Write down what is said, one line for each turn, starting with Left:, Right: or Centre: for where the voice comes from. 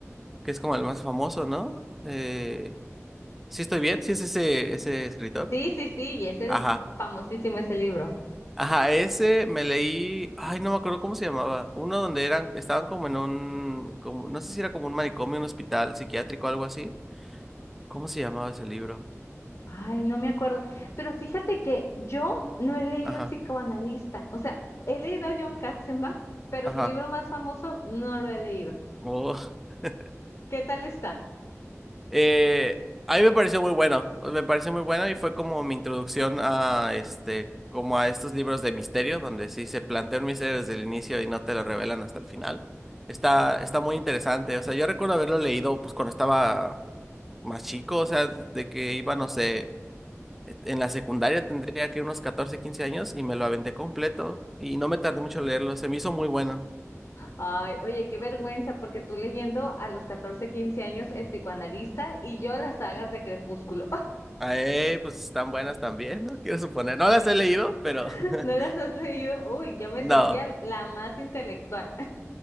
Centre: que es como el más famoso, ¿no? Eh, sí estoy bien, sí es ese ese escritor.
Left: Sí, sí, sí, y es el
Centre: Ajá.
Left: famosísimo ese libro.
Centre: Ajá, ese me leí, ay, no me acuerdo cómo se llamaba, uno donde eran estaban como en un como no sé si era como un manicomio, un hospital psiquiátrico algo así. ¿Cómo se llamaba ese libro?
Left: Ay, no me acuerdo. Pero fíjate que yo no he leído
Centre: Ajá.
Left: El psicoanalista. O sea, he leído a John Katzenbach, pero
Centre: Ajá.
Left: su libro más famoso no lo he leído.
Centre: Oh. <laughs>
Left: ¿Qué tal está?
Centre: Eh, a mí me pareció muy bueno, pues, me pareció muy bueno y fue como mi introducción a este, como a estos libros de misterio, donde sí se plantea un misterio desde el inicio y no te lo revelan hasta el final. Está, está muy interesante, o sea, yo recuerdo haberlo leído pues cuando estaba más chico, o sea, de que iba, no sé, e, en la secundaria tendría que unos 14 15 años y me lo aventé completo y no me tardé mucho en leerlo, se me hizo muy bueno.
Left: Ay, oye, qué vergüenza, porque tú leyendo a los 14 15 años El psicoanalista y yo las sagas de Crepúsculo.
Centre: Ay, pues están buenas también, ¿no? <laughs> Quiero suponer, no las he leído, pero
Left: <laughs>
Centre: <laughs>
Left: ¿No las has leído? Uy, yo me
Centre: no.
Left: sentía la más intelectual.